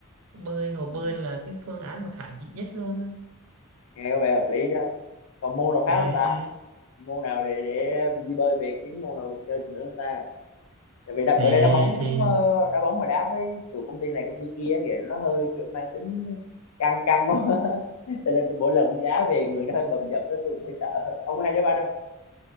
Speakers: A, on the right; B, on the left.
A: bơi hồ
B: Ừ.
A: bơi là cái phương án mà khả dĩ nhất luôn á.
B: nghe có vẻ hợp lý đó còn môn nào
A: ừ,
B: khác không ta
A: ừ.
B: môn nào để để đi bơi về kiếm môn nào chơi được nữa không ta tại vì đã,
A: thì
B: bữa nay đá bóng
A: thì
B: ờ, đá bóng mà đá với tụi công ty này công ty kia thì nó hơi kiểu mang tính căng căng quá <laughs> Cho nên mỗi lần đi đá về người nó hơi bầm dập đó tôi cũng hơi sợ không có hay đá banh đâu